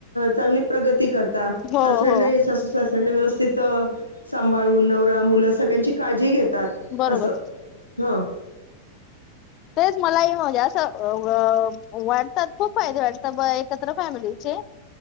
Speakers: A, on the left; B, on the left.
A: चांगली प्रगती करता
B: हो
A: सासऱ्यांना
B: हो
A: ही सासूसास त्यांना व्यवस्थित सांभाळून, नवरा, मुलं सगळ्यांची काळजी घेतात
B: बरोबर
A: असं. हं.
B: तेच मलाही म्हजे असं व वाटतात, खूप फायदे वाटतात. ब एकत्र फॅमिलीचे.